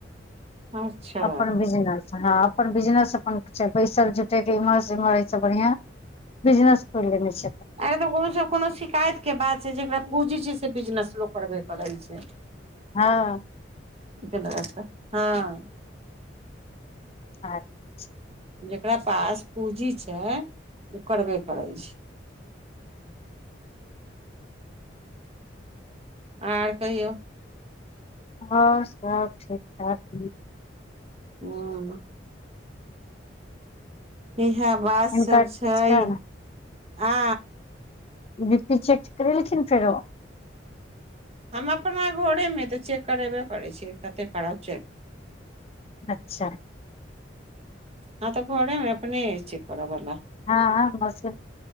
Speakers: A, on the right; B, on the left.
A: अच्छा
B: अपन बिजनस हँ अपन बिजनस अपन बैसल झुठेके इम्हर सेम्हर ईसब बढ़ियां बिजनेस खोलि लेने छथिन अपन
A: आर त को कोनो शिकायत के बात छैय जेकरा पुंजी छैय से बिजनेस लोग करबे करे छैय
B: हँ
A: फेर हँ
B: हँ छी
A: जकरा पास पूँजी छैय उ करबे करै छै आर कहियौ
B: हँ सब ठीक ठाक न
A: हु इहे बात
B: हिनकर
A: सब
B: ठीक
A: छैय
B: छै ने
A: आ
B: बी पी चेेक करेलखिन फेरो
A: हम अपना घरे मे तऽ चेक करेबे करै छियै कतेक करउ चेक
B: अच्छा
A: हँ तऽ घरे मे अपने अय चेक करऽ वला
B: हँ <unintelligible> से